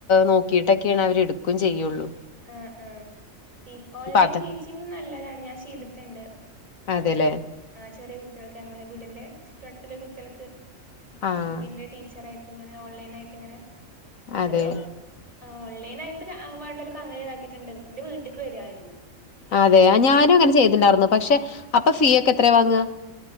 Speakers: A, on the left; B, on the right.
A: നോക്കിട്ടൊക്കെയാണ് അവര് എടുക്കും ചെയ്യോള്ളൂ
B: ആ ആ ടി ഓൺലൈൻ
A: അത
B: ടീച്ചിങ്ങും നല്ലതാണ് ഞാൻ ചെയ്ത്ട്ട്ണ്ട്
A: അതെല്ലേ
B: ഇവ്ടെ ആ ചെറിയ കുട്ടികൾക്ക് ഞങ്ങളെ വീടിന്റെ ചുറ്റുവട്ടത്തിലെ ഒര് കുട്ടികൾക്ക്
A: ആഹ്
B: ഹിന്ദിന്റെ ടീച്ചറായിട്ട് ഇങ്ങനെ ഓൺലൈൻ ആയിട്ടിങ്ങനെ
A: അതെ
B: അത് ഓൺലൈനായിട്ട് വാണ്ടോല്ക്ക് അങ്ങനെ ഇതാക്കിട്ട്ണ്ട് ന്റെ വീട്ടിക്ക് വരുവാരുന്നു
A: അതെ ഞാനും അങ്ങനെ ചെയ്ത്ണ്ടാർന്നു പക്ഷേ അപ്പൊ ഫീ ഒക്കെ എത്രയാ വാങ്ങ